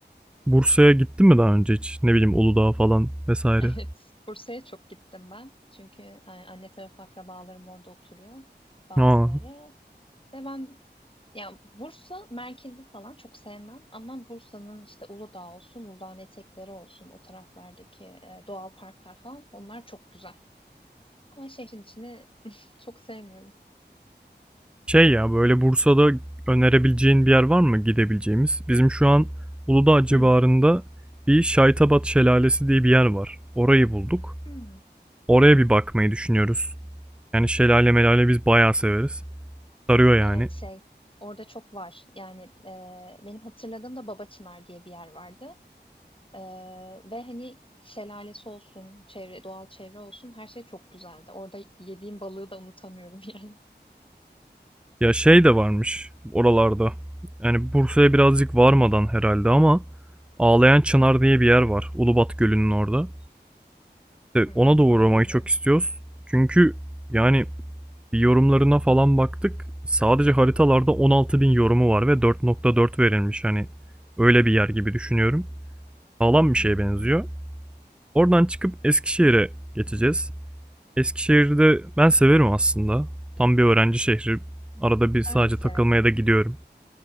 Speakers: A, in the centre; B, on the left.
A: Bursa'ya gittin mi daha önce hiç? Ne bileyim Uludağ falan vesaire.
B: Evet, Bursa'ya çok gittim ben. Çünkü e, anne tarafı akrabalarım orada oturuyor bazıları.
A: Aa,
B: Ve ben yani Bursa merkezi falan çok sevmem ama Bursa'nın işte Uludağ olsun, Uludağ'ın etekleri olsun, o taraflardaki e, doğal parklar falan onlar çok güzel. Ama şehrin içini <laughs> çok sevmiyorum.
A: Şey ya böyle Bursa'da önerebileceğin bir yer var mı gidebileceğimiz? Bizim şu an Uludağ civarında
B: Hmm.
A: bir Şaytabat Şelalesi diye bir yer var. Orayı bulduk.
B: Hmm.
A: Oraya bir bakmayı düşünüyoruz. Yani şelale melale biz bayağı severiz. Sarıyor yani.
B: Evet şey orada çok var. Yani e, benim hatırladığım da Baba Çınar diye bir yer vardı. Ee, ve hani şelalesi olsun, çevre, doğal çevre olsun her şey çok güzeldi. Orada yediğim balığı da unutamıyorum <laughs> yani.
A: Ya şey de varmış oralarda. Yani Bursa'ya birazcık varmadan herhalde ama Ağlayan Çınar diye bir yer var. Ulubat Gölü'nün orada. İşte
B: Hı,
A: ona
B: on-
A: da uğramayı
B: orayı bilmiyorum.
A: çok istiyoruz. Çünkü yani bir yorumlarına falan baktık. Sadece haritalarda 16.000 yorumu var ve 4.4 verilmiş. Hani öyle bir yer gibi düşünüyorum. Sağlam bir
B: Hı
A: şeye
B: hı.
A: benziyor. Oradan çıkıp Eskişehir'e geçeceğiz. Eskişehir'de ben severim aslında. Tam bir öğrenci şehri. Arada bir sadece
B: Ben de severim.
A: takılmaya da gidiyorum.